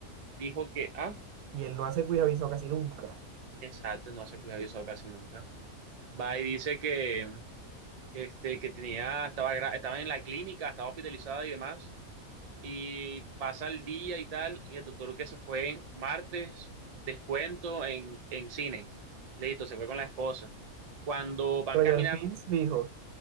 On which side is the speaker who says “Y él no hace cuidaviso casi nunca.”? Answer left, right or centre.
Right